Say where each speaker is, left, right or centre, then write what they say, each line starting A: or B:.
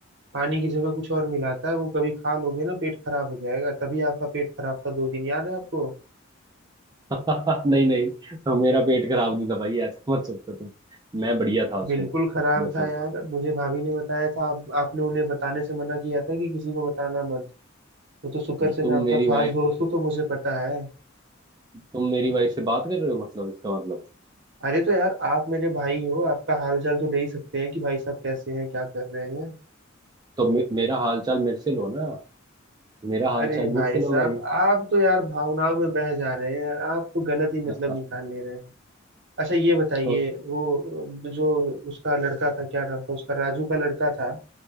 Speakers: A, on the right; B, on the right.
A: पानी की जगह कुछ और मिलाता है वो कभी खा लोगे ना पेट खराब हो जाएगा तभी आपका पेट खराब था दो दिन याद है आपको
B: <laughs> नहीं नहीं मेरा पेट खराब नहीं था भाई ऐसा मत सोचो तुम मैं बढ़िया था उसमें
A: बिल्कुल खराब
B: मतलब
A: था यार मुझे भाभी ने बताया था आप आपने उन्हें बताने से मना किया था कि किसी को बताना मत वो तो शुक्र से
B: तुम
A: मैं आपका
B: मेरी
A: खास
B: वाइफ
A: दोस्त हूँ तो मुझे पता है
B: तुम मेरी वाइफ से बात कर रहे हो मतलब इसका मतलब
A: अरे तो यार आप मेरे भाई हो आपका हाल चाल तो ले ही सकते हैं कि भाई साहब कैसे हैं क्या कर रहे हैं
B: तो मे, मेरा हालचाल मेरे से लो ना मेरा हालचाल
A: अरे भाई
B: मेरे से लो
A: साहब
B: भाई
A: आप तो यार भावनाओं में बह जा रहे हैं आप तो गलत ही मतलब
B: <laughs>
A: निकाल ले रहे हैं अच्छा ये बताइए
B: तो,
A: वो अ, जो उसका लड़का था क्या नाम था उसका राजू का लड़का था